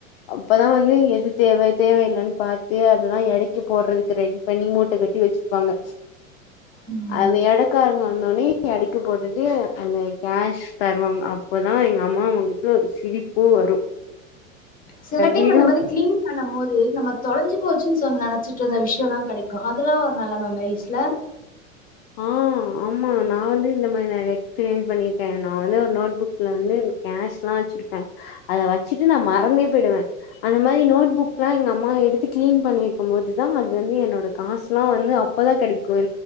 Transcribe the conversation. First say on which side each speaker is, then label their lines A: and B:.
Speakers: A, on the left; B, on the left.
A: அப்பதான் வந்து எது தேவை தேவையில்லனு பார்த்து அதெல்லாம் இடைக்கி போடுறதுக்கு ரெடி பண்ணி மூட்டை கட்டி வச்சுப்பாங்க
B: ம்
A: அது இடக்காரங்க வந்தோன்னே எடைக்கு போட்டுட்டு அந்த கேஷ் தருவாங்க அப்பதான் எங்க அம்மா அவங்ககிட்ட ஒரு சிரிப்பு வரும்
B: சில டைம்
A: வீடும்
B: அந்த மாரி கிளீன் பண்ணும் போது நம்ம தொலைஞ்சு போச்சுன்னு சொன்ன நினைச்சிட்டு இருந்த விஷயம் எல்லாம் கிடைக்கும் அதெல்லாம் ஒரு நல்ல மெமரிஸ்ல
A: ஆ ஆமா நான் வந்து இந்த மாதிரி நான் எக்ஸ்பீரியன்ஸ் பண்ணிருக்கேன் நான் வந்து ஒரு நோட்புக் நோட்புக்கல்லாம் கேஷ் வச்சிருப்பேன் அத வச்சிட்டு நான் மறந்தே போயிடுவேன் அந்த மாரி நோட் புக்லாம் எங்க அம்மா எடுத்து கிளீன் கிளீன் பண்ணி வைக்கும் போது தான் அது வந்து என்னோட காசுலாம் வந்து அப்போதான் கிடைக்கும்